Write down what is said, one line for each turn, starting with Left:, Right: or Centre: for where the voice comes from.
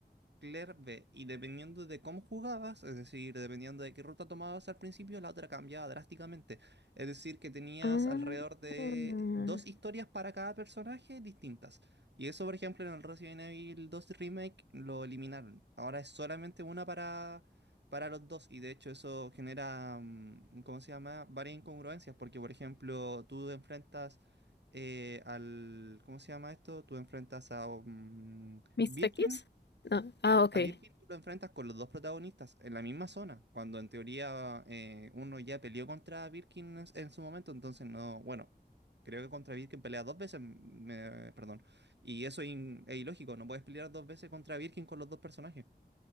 Right: Clear B. Y dependiendo de cómo jugabas, es decir, dependiendo de qué ruta tomabas al principio, la otra cambiaba drásticamente. Es decir, que tenías
Left: ah,
Right: alrededor de
Left: mm,
Right: dos historias para cada personaje distintas. Y eso, por ejemplo, en el Resident Evil 2 Remake lo eliminaron. Ahora es solamente una para, para los dos. Y de hecho eso genera, mm, ¿cómo se llama? Varias incongruencias. Porque, por ejemplo, tú enfrentas eh, al... ¿Cómo se llama esto? Tú enfrentas a mm,
Left: ¿Mr.
Right: Birkin.
Left: X? No, ah, ok.
Right: A Birkin tú lo enfrentas con los dos protagonistas en la misma zona, cuando en teoría eh, uno ya peleó contra Birkin en, en su momento, entonces no, bueno, creo que contra Birkin pelea dos veces, me- perdón, y eso es in- es ilógico, no puedes pelear dos veces contra Birkin con los dos personajes.